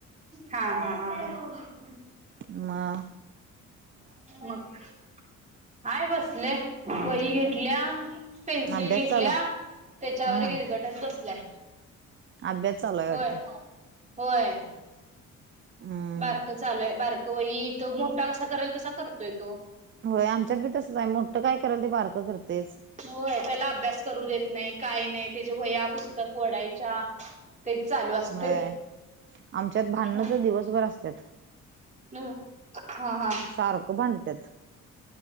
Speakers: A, on the right (about 25°); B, on the right (about 40°).
A: हा हा हा हा
B: म
A: मग हाय बसले वही घेतल्या पेन्सिल
B: अभ्यास
A: घेतल्या
B: चालू आहे
A: त्याच्यावर
B: हम्म
A: गिरगटत बसल्याय
B: अभ्यास चालू आहे
A: होय
B: वाटतं
A: होय
B: हम्म
A: बारक चालूय बारक वही त मोठा कसा कराल तसा करतोय तो
B: होय आमच्यात बी तसंच आहे मोठं काय कराल ते पारकं करतेस
A: होय त्याला अभ्यास करू देत नाही काही नाही त्याचे वया पुस्तक वढायच्या तेच चालू असते
B: होय आमच्यात भांडणं
A: ह
B: तर दिवसभर असत्यात
A: हम हा हा
B: सारक बांडतात